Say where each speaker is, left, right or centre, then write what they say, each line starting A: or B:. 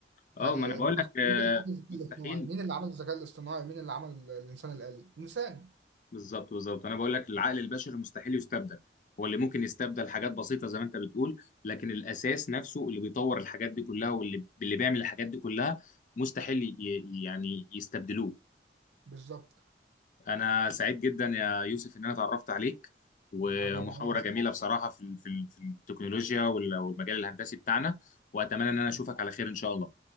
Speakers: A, on the left; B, on the right.
A: اه
B: يعني
A: ما انا بقول لك
B: أصل
A: آه
B: مين اللي عمل الذكاء
A: مستحيل
B: الاصطناعي مين اللي عمل الذكاء الاصطناعي مين اللي عمل ال- الإنسان الآلي إنسان
A: بالظبط بالظبط انا بقول لك العقل البشري مستحيل يستبدل هو اللي ممكن يستبدل حاجات بسيطه زي ما انت بتقول لكن الاساس نفسه اللي بيطور الحاجات دي كلها واللي اللي بيعمل الحاجات دي كلها مستحيل ي- يعني يستبدلوه
B: بالظبط
A: انا سعيد جدا يا يوسف ان انا اتعرفت عليك ومحاورة
B: حبيبي أنا أصلا
A: جميلة بصراحة في ال- في ال- في التكنولوجيا وال- والمجال الهندسي بتاعنا واتمنى ان انا
B: حبيبي
A: اشوفك على خير ان شاء الله